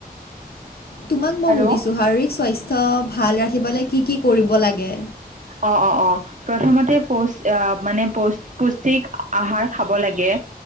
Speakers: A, on the left (about 75°); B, on the right (about 50°).
A: তোমাক মই
B: হেল্ল'
A: সুধিছোঁ শাৰীৰিক স্বাস্থ্য ভাল ৰাখিবলৈ কি কি কৰিব লাগে?
B: অঁ অঁ অঁ প্ৰথমতে পৌ মানে পৌ পুষ্টিক আহাৰ খাব লাগে।